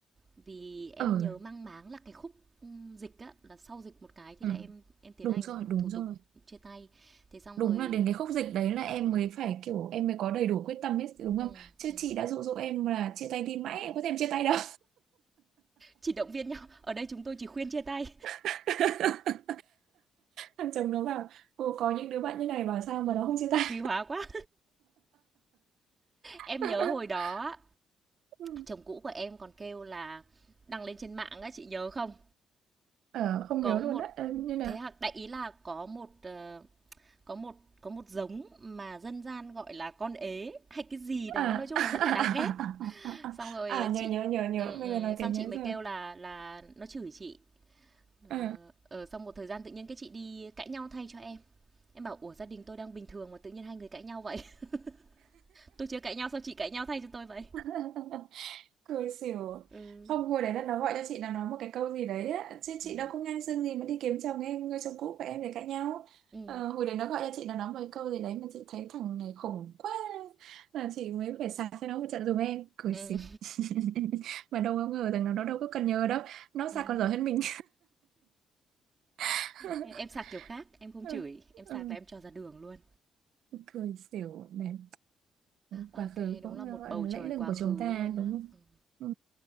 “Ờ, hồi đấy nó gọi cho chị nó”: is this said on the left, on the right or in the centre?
Right